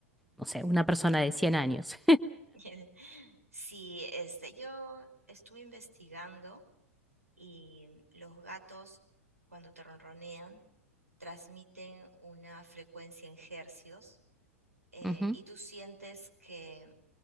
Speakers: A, in the centre; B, on the right.
A: no sé, una persona de cien años.
B: <laughs> Sí, este, yo estuve investigando y los gatos cuando te ronronean transmiten una frecuencia en hercios eh,
A: <laughs> Ujú.
B: y tú sientes que